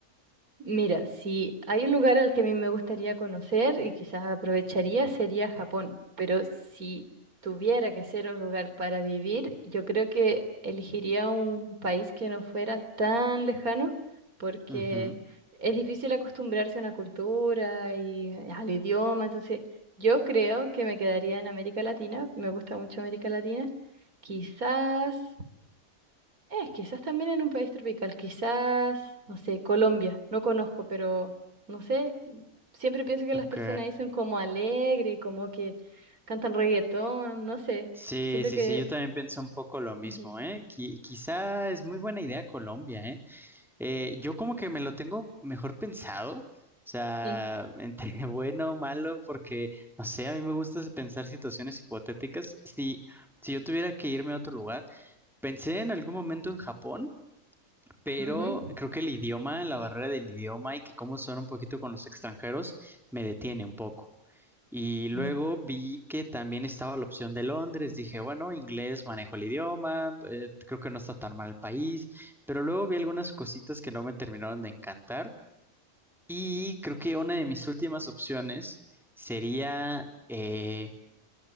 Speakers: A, on the right (about 75°); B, in the centre.
A: Mira, si hay un lugar al que a mí me gustaría conocer y quizás aprovecharía sería Japón, pero si tuviera que ser un lugar para vivir, yo creo que elegiría un país que no fuera tan lejano porque
B: Ujú,
A: es difícil acostumbrarse a una cultura y eh, al idioma, entonces yo creo que me quedaría en América Latina, me gusta mucho América Latina, quizás eh, quizás también en un país tropical, quizás, no sé, Colombia, no conozco, pero no sé, siempre pienso que las
B: Ok.
A: personas dicen como alegre, como que cantan reggaetón, no sé,
B: Sí,
A: siento
B: sí,
A: que...
B: sí, yo también pienso un poco lo mismo,
A: ujú,
B: ¿eh? Qui- quizá es muy buena idea Colombia, ¿eh? Eh, yo como que me lo tengo mejor pensado, o sea,
A: mm,
B: entre <laughs> bueno o malo, porque, no sé, a mí me gusta pensar situaciones hipotéticas. Si, si yo tuviera que irme a otro lugar, pensé en algún momento en Japón, pero
A: Ujú.
B: creo que el idioma, la barrera del idioma y que cómo son un poquito con los extranjeros, me detiene un poco. Y luego
A: Mm,
B: vi que también estaba la opción de Londres. Dije, bueno, inglés, manejo el idioma, eh, creo que no está tan mal el país. Pero luego vi algunas cositas que no me terminaron de encantar. Y creo que una de mis últimas opciones sería eh,